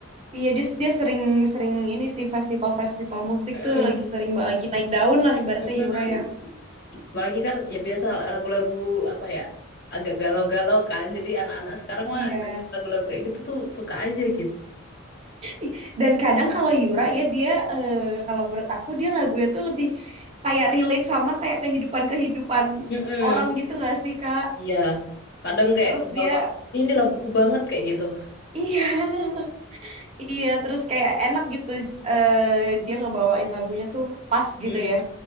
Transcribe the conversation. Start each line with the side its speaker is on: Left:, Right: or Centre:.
Right: Iya, dia, dia sering sering ini sih festival-festival musik
Left: Mm-mm.
Right: tuh lagi sering ba- lagi naik daun lah ibaratnya
Left: Mm-mm.
Right: Yura ya.
Left: Apalagi kan ya biasa lagu-lagu apa ya agak galau-galau kan. Jadi anak-anak sekarang
Right: Iya.
Left: mah denger lagu-lagu kayak gitu tuh suka aja gitu.
Right: Ih, Dan kadang kalau Yura ya dia eh, kalau menurut aku dia lagunya tuh lebih kayak relate sama kayak kehidupan-kehidupan
Left: Mm-mm.
Right: orang gitu nggak sih, Kak?
Left: Iya. Kadang kayak
Right: Terus
Left: kebawa
Right: dia
Left: ini laguku banget kayak gitu.
Right: iya Iya, terus kayak enak gitu eh, dia ngebawain lagunya tuh pas
Left: Hmm.
Right: gitu ya.